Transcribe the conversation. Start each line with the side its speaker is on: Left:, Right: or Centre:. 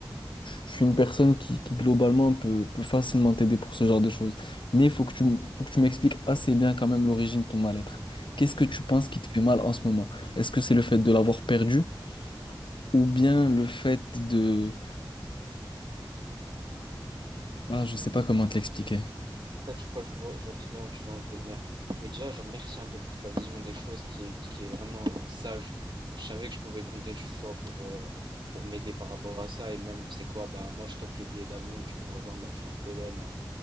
Left: Je suis une personne qui, qui, globalement peut, peut facilement t'aider pour ce genre de choses. Mais il faut que tu, m- faut que tu m'expliques assez bien quand même l'origine de ton mal-être. Qu'est-ce que tu penses qui te fait mal en ce moment? Est-ce que c'est le fait de l'avoir perdu ou bien le fait de... Ah, je sais pas comment te l'expliquer.
Right: En fait, je crois que je vois, je vois très bien où tu vas en venir. Mais déjà, genre, merci un peu pour ta vision des choses qui est, qui est vraiment sage. Je savais que je pouvais compter sur toi pour, euh, pour m'aider par rapport à ça. Et même, tu sais quoi, bah, moi, je t'offre le billet d'avion. Tu viens me rejoindre là, je suis en Pologne, en,